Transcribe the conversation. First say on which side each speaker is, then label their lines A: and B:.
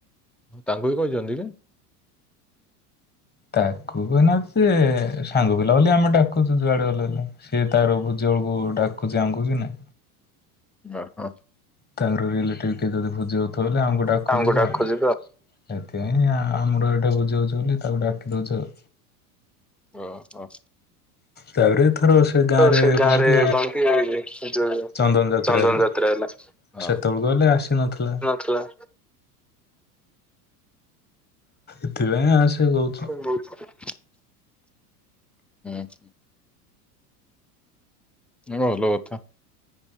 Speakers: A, in the centre; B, on the left.
A: ତାଙ୍କୁ ବି କହିଛନ୍ତି କି?
B: ତାକୁ କହିନାହାନ୍ତି ଯେ ସାଙ୍ଗ ପିଲା ବୋଲି ଆମେ ଡାକୁଛୁ ଯୁଆଡେ ଗଲେ ବେଲି। ସେ ତାର ଭୋଜି ବେଳକୁ ଡାକୁଛି ଆମକୁ କି ନାଇଁ।
A: ଅ ହ।
B: ତାର ରିଲେଟିଭ କିଏ ଯଦି ଭୋଜି ଦଉଥିବ ବଲେ ଆମକୁ ଡାକୁଚି
A: ତାଙ୍କୁ
B: ତ।
A: ଡାକୁଛି
B: ସେଥିପାଇଁ ଆମର ଏଇଠେ ଭୂଜି ହଉଚି ବୋଲି ତାକୁ ଡାକି ଦଉଛୁ ଆଉ।
A: ଅ ହୋ।
B: ତାପରେ ଏଥର ସେ
A: ତ ସେ ଗାଁରେ
B: କଣ କି
A: କଣ କି ଯୋଉ
B: ଚନ୍ଦନ ଯାତ୍ରା
A: ଚନ୍ଦନ
B: ହେଲା।
A: ଯାତ୍ରା ହେଲା। ହଁ
B: ସେତେବେଳକୁ ହେଲେ ଆସିନଥିଲା
A: ନଥିଲା।
B: ଏଥିପାଇଁ ଆସେ କହୁଛୁ।
A: ବହୁତ୍। ହୁଁ। ନା ଭଲ କଥା।